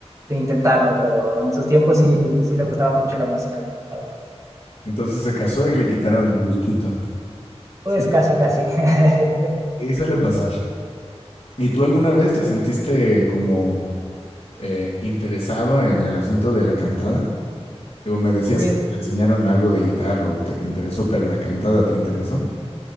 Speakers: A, on the right; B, on the left.
A: de intentarlo, pero en sus tiempos sí, sí le gustaba mucho la música. la verdad.
B: Entonces se casó y le quitaron el gustito.
A: Pues
B: Sí,
A: casi, casi. <laughs>
B: y suele pasar. ¿Y tú alguna vez te sentiste como eh, interesado en el asunto de la cantada? O me decías
A: Pues,
B: que te enseñaron algo de guitarra o que te interesó, pero la cantada te interesó.